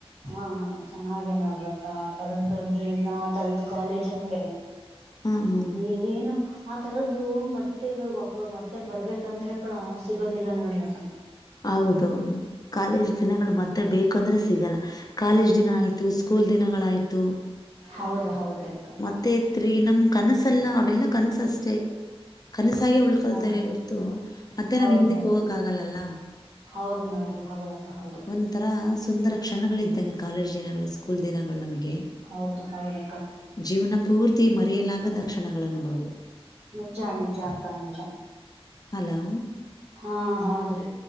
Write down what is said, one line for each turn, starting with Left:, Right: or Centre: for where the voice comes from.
Right: ಹಾ ಹಾ ಚೆನ್ನಾಗೇ ನೋಡ್ಬೇಕಾ ತರದ ಜೀರ್ನ ತರದ ಕಾಲೇಜ್ ಅಂದ್ರೆ
Left: ಹಾ ಹಾ
Right: ಈಗಏನು ಆ ತರದ್ದದು ಮತ್ತೆ ಇವಾಗ ಮತ್ತೆ ಬರ್ಬೇಕಂದ್ರೆ ಕೂಡ ಸಿಗೋದಿಲ್ಲ ನೋಡ್ರ
Left: ಹೌದೌದು ಕಾಲೇಜ್ ದಿನಗಳು ಮತ್ತೆ ಮತ್ತ ಬೇಕಂದ್ರೆ ಸಿಗಲ್ಲ ಕಾಲೇಜ್ ದಿನ ಆಯ್ತು ಸ್ಕೂಲ್ ದಿನಗಳಾಯ್ತು
Right: ಹೌದ ಹೌದ ಹೌದ್ರಿ ಅಕ್ಕ
Left: ಮತ್ತೆತ್ರಿ ನಮ ಕನಸಲ್ಲ ಅವೆಲ್ಲ ಕನ್ಸಷ್ಟ ಅಷ್ಟ ಕನಸಾಗೆ ಉಳ್ಕಲ್ತೇವೆ
Right: ಹೌದು
Left: ಹೊರ್ತು ಮತ್ತೆ
Right: ಹೌದು
Left: ನಾವ್ ಹಿಂದಿಕ್
Right: ಹೌದು
Left: ಹೋಗಕ್ ಆಗಲ್ಲಲ್ಲ
Right: ಹೌದು ನೋಡ್ರಿ ಹೌದಕ್ಕ ಹೌದು್ರ
Left: ಒಂಥರ ಸುಂದರ ಕ್ಷಣಗಳ ಇದ್ದಂಗೆ ಕಾಲೇಜ್ ದಿನಗಳು ಸ್ಕೂಲ್ ದಿನಗಳನ ಮೇಲೆ
Right: ಹೌದು ಹೌದಕ್ಕ
Left: ಜೀವನ ಪೂರ್ತಿ ಮರೆಯಲಾಗದ ಕ್ಷಣಗಳು ನೋಡವು
Right: ನಿಜ ನೀಜತ ನಿಜ
Left: ಹಲೋ
Right: ಹಾ ಹೌದ್ರಿ